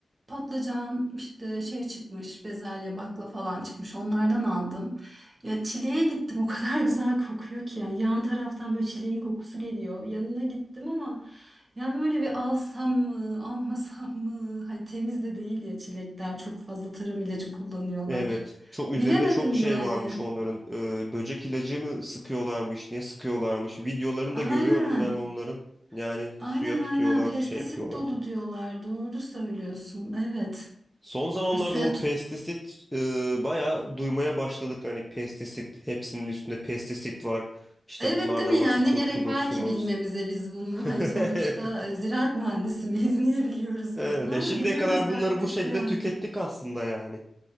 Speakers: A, on the right; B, in the centre.
A: patlıcan, işte şey çıkmış, bezelye, bakla falan çıkmış. Onlardan aldım. Ya çileğe gittim. O kadar <laughs> güzel kokuyor ki ya. Yan taraftan böyle çileğin kokusu geliyor. Yanına gittim ama ya böyle bir alsam mı, almasam mı? Hani temiz de değil ya çilekler. Çok fazla tarım ilacı kullanıyorlar.
B: Evet. Çok üzerinde
A: Bilemedim
B: çok
A: yani.
B: şey varmış onların. Ee, böcek ilacı mı sıkıyorlarmış, ne sıkıyorlarmış. Videolarını
A: Aynen.
B: da görüyorum ben onların. Yani suya
A: Aynen
B: tutuyorlar,
A: aynen. Pestisit
B: şey yapıyorlar.
A: dolu diyorlar. Doğru söylüyorsun. Evet.
B: Son zamanlarda
A: Suya
B: bu
A: tut
B: pestisit e, bayağı duymaya başladık. Hani pestisit, hepsinin üstünde pestisit var. İşte
A: Evet
B: bunlardan
A: değil mi yani
B: nasıl kurtulursunuz?
A: ne gerek var ki bilmemize biz bunun
B: <laughs>
A: hani sonuçta
B: Evet.
A: e, ziraat mühendisi miyiz <laughs> niye biliyoruz
B: Evet.
A: biz bunu
B: E
A: ama
B: şimdiye
A: biliyoruz
B: kadar bunları
A: artık
B: bu şekilde
A: yani.
B: tükettik aslında yani